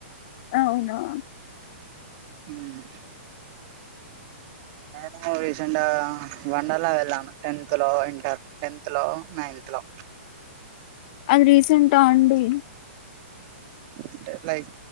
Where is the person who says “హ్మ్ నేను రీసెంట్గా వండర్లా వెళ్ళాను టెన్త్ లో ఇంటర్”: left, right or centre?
Right